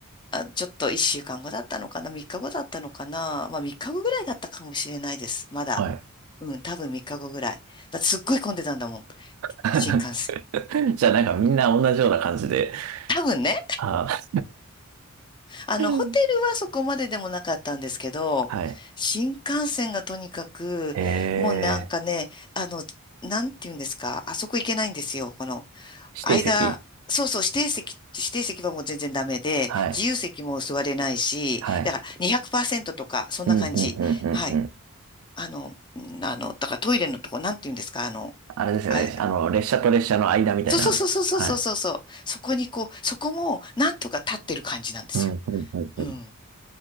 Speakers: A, on the left; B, on the right.
A: あ、ちょっと1週間後だったのかな、3日後だったのかな、まあ3日後ぐらいだったかもしれないです、まだ。
B: はい。
A: うん、多分3日後ぐらい。だってすっごい混んでたんだもん、
B: <laughs>
A: 新幹線。
B: <laughs> じゃあなんかみんな同じような感じで。
A: 多分ね。
B: はあ、
A: あの、
B: <laughs>
A: ホテルはそこまででもなかったんですけど、
B: はい。
A: 新幹線がとにかく、
B: え
A: もうなんかね、
B: ー、
A: あの、なんて言うんですか、あそこ行けないんですよ。この、
B: 指定席
A: 間、そうそう、指定席、指定席はもう全然ダメで、
B: はい。
A: 自由席も座れないし、
B: はい。
A: だから200%とか、そんな感じ。
B: うん、うん、うん、うん、
A: はい。
B: うん。
A: あの、んあの、だからトイレのとこ、なんて言うんですか、あの、
B: あれですよね。
A: あい、
B: あの、列車と列車の間みたいな。
A: そうそうそうそうそうそうそう、
B: はい。
A: そこにこう、そこも、なんとか立ってる感じなんですよ。
B: うん、うん、うん、
A: うん。